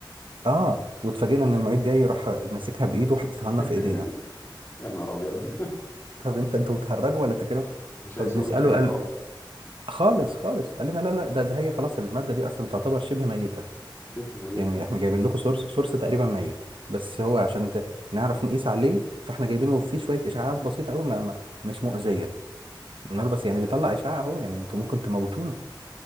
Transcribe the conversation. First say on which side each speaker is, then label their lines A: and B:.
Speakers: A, on the right (about 85°); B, on the left (about 30°).
A: اه
B: ده.
A: واتفاجئنا ان المعيد جاي راح ماسكها بايده وحاططها لنا
B: <laughs>
A: في ايدينا
B: يا نهار ابيض <laughs>
A: طب انت انتوا بتهرجوا ولا بتتكلموا
B: مفيش
A: فبنساله
B: اي سبل حمايه
A: قال
B: خالص
A: خالص خالص قال لنا لا لا ده ده هي خلاص الماده دي اصلا تعتبر شبه ميته
B: شبه ميته
A: يعني احنا جايبين لكم سورس سورس تقريبا ميت بس هو عشان ت- نعرف نقيس عليه فاحنا جايبينه فيه شويه اشعاعات بسيطه قوي ما ما مش مؤذيه النهار بس يعني بيطلع اشعاع اهو يعني انتوا
B: اه
A: ممكن تموتونا